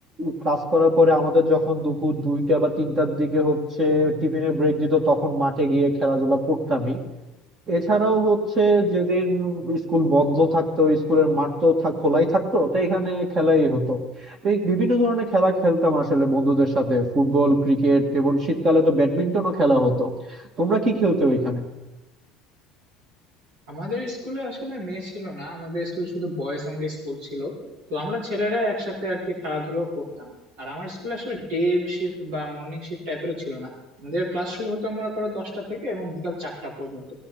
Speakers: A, on the right; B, on the right.
A: ক্লাস করার পরে আমাদের যখন দুপুর দুইটা বা তিনটার দিকে হচ্ছে টিফিনের ব্রেক দিত তখন মাঠে গিয়ে খেলাধুলা করতামই এছাড়াও হচ্ছে যেদিন স্কুল বন্ধ থাকতো স্কুলের মাঠ তো থা- খোলাই থাকতো তো এখানে খেলাই হতো তো এই বিভিন্ন ধরনের খেলা খেলতাম আসলে বন্ধুদের সাথে ফুটবল ক্রিকেট এবং শীতকালে তো ব্যাডমিন্টনও খেলা হতো তোমরা কি খেলতে ওইখানে
B: আমাদের স্কুলে আসলে মেয়ে ছিল না আমাদের স্কুলে শুধু বয়েজ অনলি স্কুল ছিল তো আমরা ছেলেরা একসাথে আর কি খেলাধুলো করতাম আর আমার স্কুলে আসলে ডে শিফট বা মর্নিং শিফট টাইপেরও ছিল না আমাদের ক্লাস শুরু হতো মনে করো দশটা থেকে এবং বিকাল চারটা পর্যন্ত